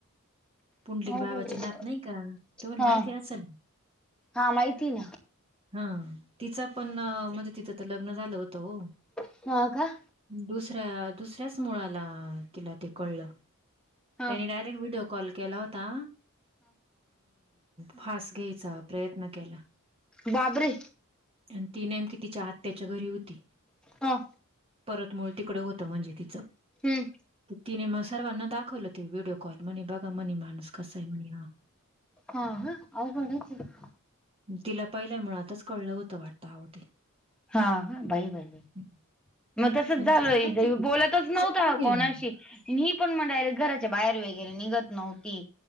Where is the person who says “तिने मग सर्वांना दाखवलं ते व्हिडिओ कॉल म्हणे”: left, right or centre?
Right